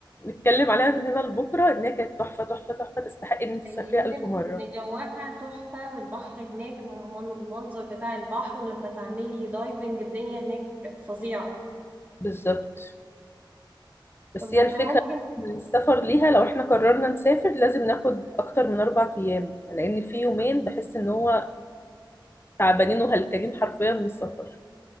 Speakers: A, on the left (about 25°); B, on the right (about 20°).
A: نتكلم عليها من هنا لبكرة إن هي كانت تحفة تحفة تحفة تستحق إن أنت تسافريها
B: حقيقي لأن
A: ألف مرة
B: جواها تحفة والبحر هناك المن- المنظر بتاع البحر ولما تعملي دايفنج الدنيا هناك فظيعة
A: بالظبط بس
B: طب
A: هي
B: احنا
A: الفكرة
B: ممكن
A: إن السفر ليها لو إحنا قررنا نسافر لازم ناخد أكتر من أربع أيام لأن في يومين بحس إن هو تعبانين وهلكانين حرفيا من السفر